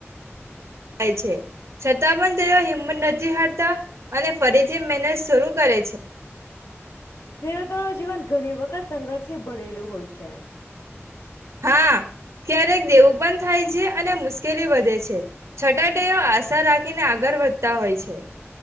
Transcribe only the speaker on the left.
ખેડૂતો જીવન ઘણી વખત સંઘર્ષેથી ભરેલું હોય છે.